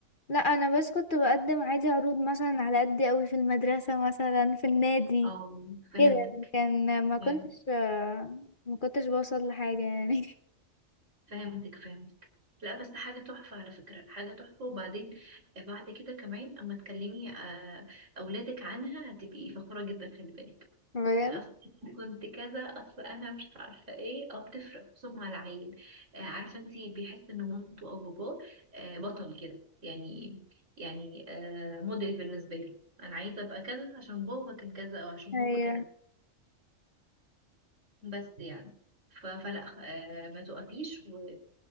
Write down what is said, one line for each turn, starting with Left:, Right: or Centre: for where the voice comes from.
Left: لا انا بس كنت بقدم عادي عروض مثلا على قد قوي في المدرسة مثلا في النادي
Right: اه فهمتك
Left: كده يعني كان ما كنتش
Right: فهم-
Left: آه ما كنتش بوصل لحاجة يعني
Right: فهمتك فهمتك لا بس حاجة تحفة على فكرة حاجة تحفة وبعدين آه، بعد كده كمان اما تكلمي آه أولادك عنها هتبقي فخورة جدا خلي بالك
Left: <laughs> بجد
Right: أصل كنت كذا اصل انا مش عارفه ايه اه بتفرق خصوصا مع العيل آه، عارفه انتي بيحس ان مامته او باباه آه، بطل كده يعني يعني آه، موديل بالنسبه له انا عايزه ابقى كذا عشان بابا كان كذا او عشان
Left: ايوه
Right: ماما كانت بس يعني ف- فلا آه، ما توقفيش و...